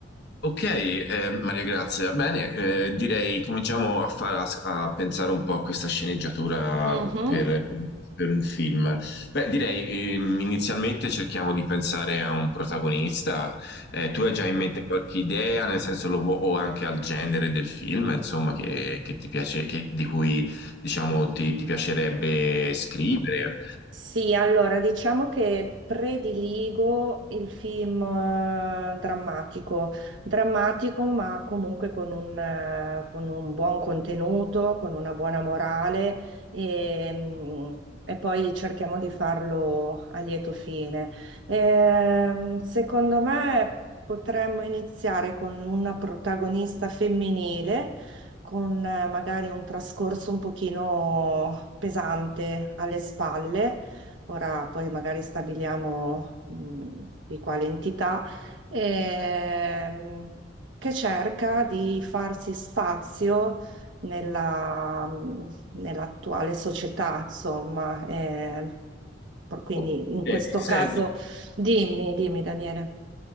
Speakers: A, on the left; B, on the right.
A: Ok, eh, Maria Grazia, bene, eh, direi cominciamo a, far- a- a pensare un po' a questa sceneggiatura
B: Mhm.
A: per, per un film. Beh, direi ehm, inizialmente cerchiamo di pensare a un protagonista. Eh, tu hai già in mente qualche idea, nel senso lo, vu- o anche al genere del film, insomma, che, che ti piace, che- di cui diciamo ti, ti piacerebbe scrivere?
B: Sì, allora diciamo che prediligo il film eh, drammatico, drammatico ma comunque con un, eh, con un buon contenuto, con una buona morale e, mm, e poi cerchiamo di farlo a lieto fine. Ehm, secondo me potremmo iniziare con una protagonista femminile con eh, magari un trascorso un pochino pesante alle spalle Ora poi magari stabiliamo mh, di quale entità, ehm, che cerca di farsi spazio nella, mh, nell'attuale società, insomma. eh, per- quindi
A: Ok,
B: in questo
A: senti.
B: caso, dimmi, dimmi Daniele.